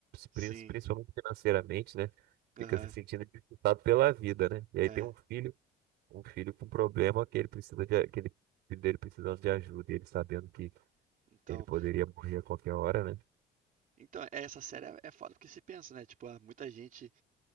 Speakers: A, on the right; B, on the right.
A: Sim,
B: prin- principalmente financeiramente, né?
A: aham,
B: Fica se sentindo dificultado pela vida, né? E
A: é.
B: aí tem um filho, um filho com problema que ele precisa de, que ele, filho dele precisando de ajuda, e ele sabendo que
A: Então,
B: ele poderia morrer a qualquer hora, né?
A: Então, essa série é- é foda porque se pensa, né? Tipo, ah, muita gente